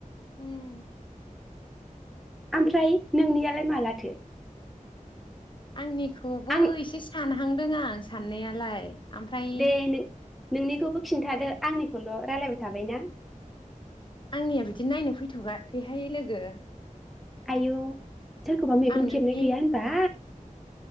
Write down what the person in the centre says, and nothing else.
ओमफ्राय नोंनियालाय मालाथो?
आं
दे नों नोंनि खौबो खिन्थादो आंनि ल' रायलायबाय थाबायना।
आयौ सोरखौबा मेगन
खेबनाय गैया होनबा?